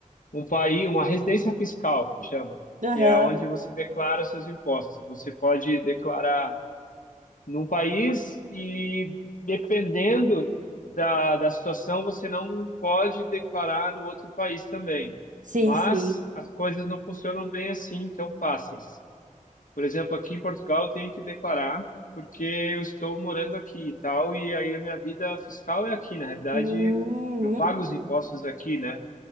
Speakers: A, on the left; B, on the right.
A: um país, uma residência fiscal, que chama,
B: Aham,
A: que é onde você declara seus impostos. Você pode declarar num país e, dependendo da, da situação, você não pode declarar no outro país também.
B: Sim,
A: Mas
B: sim.
A: as coisas não funcionam bem assim, tão fáceis. Por exemplo, aqui em Portugal eu tenho que declarar porque eu estou morando aqui e tal, e aí a minha vida fiscal é aqui, na realidade
B: Uhum,
A: eu pago os impostos aqui, né?